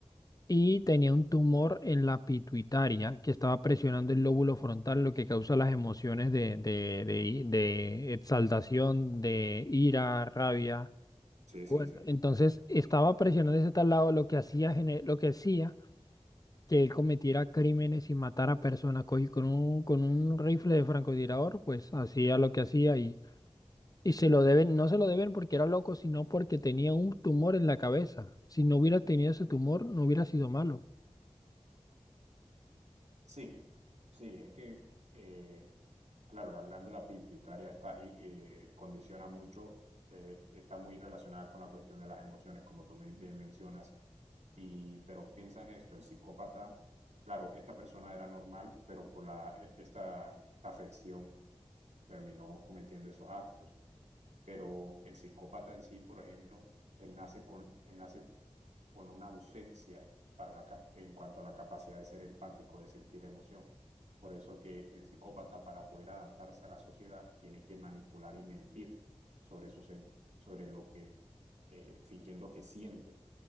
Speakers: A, on the left; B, on the right.
A: y tenía un tumor en la pituitaria que estaba presionando el lóbulo frontal, lo que causa las emociones de, de, de, i- de exaltación, de ira, rabia.
B: Sí, sí,
A: Bueno,
B: sí.
A: entonces estaba presionando ese tal lado, lo que hacía, gene- lo que hacía que él cometiera crímenes y matara personas. Co- Con un, con un rifle de francotirador, pues hacía lo que hacía y se lo deben, no se lo deben porque era loco, sino porque tenía un tumor en la cabeza. Si no hubiera tenido ese tumor, no hubiera sido malo.
B: Sí, sí, es que eh, Claro, la glándula pituitaria está, y- eh, condiciona mucho, eh, está muy relacionada con la cuestión de las emociones, como tú me- bien mencionas. Y, pero piensa en esto, el psicópata, claro, esta persona era normal, pero por la, e- esta, esta afección terminó cometiendo esos actos. Pero el psicópata en sí, por ejemplo, él nace con, él nace con una ausencia para la, en cuanto a la capacidad de ser empático, de sentir emoción. Por eso que el psicópata para poder adaptarse a la sociedad tiene que manipular y mentir sobre, su, sobre lo que, eh, fingiendo que siente,